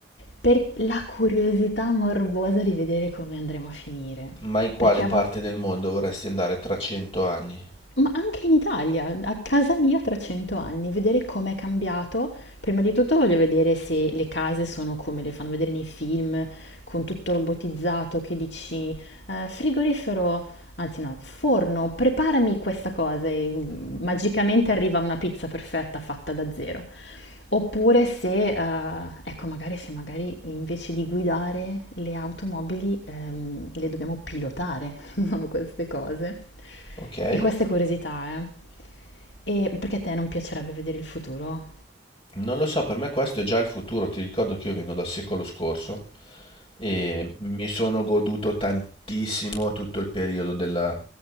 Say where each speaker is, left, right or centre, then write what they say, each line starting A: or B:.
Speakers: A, on the left; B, on the left.
A: per la curiosità morbosa di vedere come andremo a finire.
B: ma in quale
A: Perché
B: parte
A: a volte...
B: del mondo vorresti andare tra 100 anni?
A: Ma anche in Italia, a casa mia tra 100 anni, vedere com'è cambiato. Prima di tutto voglio vedere se le case sono come le fanno vedere nei film, con tutto robotizzato, che dici, eh, frigorifero anzi no, forno, preparami questa cosa e mm, magicamente arriva una pizza perfetta fatta da zero. Oppure se, eh, ecco, magari se magari invece di guidare le automobili ehm, le dobbiamo pilotare, <laughs> no? queste cose.
B: Ok?
A: E queste curiosità, eh. E perché a te non piacerebbe vedere il futuro?
B: Non lo so, per me questo è già il futuro, ti ricordo che io vengo dal secolo scorso E mi sono goduto tantissimo tutto il periodo della,